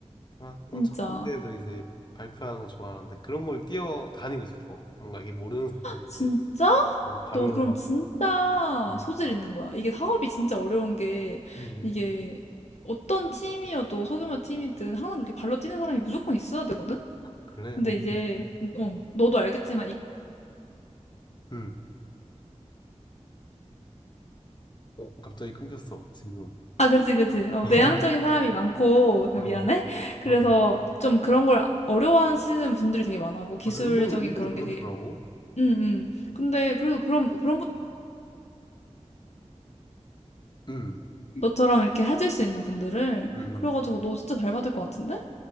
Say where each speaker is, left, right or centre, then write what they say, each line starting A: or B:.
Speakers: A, on the left (about 40°); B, on the left (about 65°).
A: 막
B: 진짜.
A: 엄청 큰 데에서 이제 발표하는 거 좋아하는데, 그런 걸 뛰어다니고 싶어. 뭔가 이게 모르는 사람한테.
B: 진짜?
A: 어, 발로
B: 너 그럼
A: 막,
B: 진짜
A: 음,
B: 소질 있는 거야. 이게 사업이 진짜 어려운 게
A: 음,
B: 이게 어떤 팀이어도 소규모 팀이든 항상 그렇게 발로 뛰는 사람이 무조건 있어야 되거든?
A: 그래?
B: 근데
A: 오,
B: 이제, 어, 너도 알겠지만, 이-
A: 음. 어, 갑자기 끊겼어, 지금.
B: 아, 그렇지, 그렇지. 어,
A: <laughs>
B: 내향적인
A: 어,
B: 사람이 많고, 잠깐
A: 어.
B: 미안해.
A: 맞아,
B: 그래서 좀 그런 걸 어려워하시는 분들이 되게 많아. 뭐 기술적인
A: 은근히, 은근히
B: 그런
A: 그렇더라고.
B: 게 되게, 응, 응. 근데 그래도 그런, 그런 분,
A: 음,
B: 너처럼 이렇게 해줄 수 있는 분들을,
A: 음,
B: 그래가지고
A: 음.
B: 너 진짜 잘 받을 것 같은데?